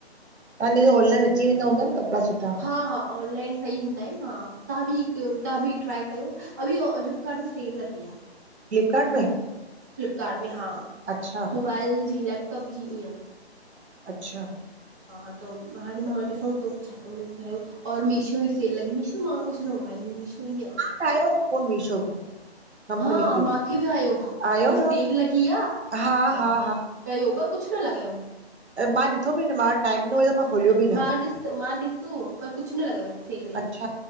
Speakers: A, on the right; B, on the right.
A: तवांजो ऑनाइन अचीें वेंदा हूंदा न कपिड़ा सुठा?
B: हा- हा ऑनलाइन सही ईंदा आहिन हा तव्हां बि हिकु तव्हां बि ट्राए कयो अभी कल्ह सेल लॻी आ।
A: फ्लिपकार्ट में?
B: फ्लिपकार्ट में हा।
A: अच्छा
B: मोबाइलनि जी लैपटॉप जी ईअं।
A: अच्छा
B: हा त हाणे मां ॾिसूं थो। छा मिंतरा ते मीशो ई सेल लॻी मीशो मां कुझु नोबाइलंदी मीशो ई आ।
A: <unintelligible> कंपनी
B: हा
A: जो
B: माखे बि आयो
A: आयो
B: कि
A: हुयो
B: सेल लॻी आहे
A: हा
B: त
A: हा हा
B: कओ पर कुझु न लॻयो।
A: मां ॾिठो बि न मां टाइम न हुयो त मां खोलियो बि न।
B: मां ॾिस मां ॾिसो। पर कुझु न लॻायो सेल वेल
A: अच्छा